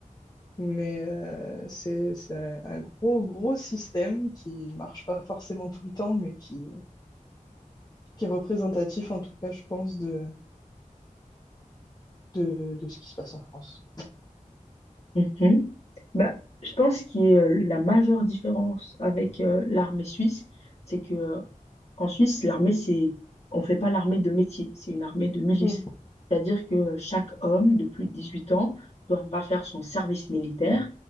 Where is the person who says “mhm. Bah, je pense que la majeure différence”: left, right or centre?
Left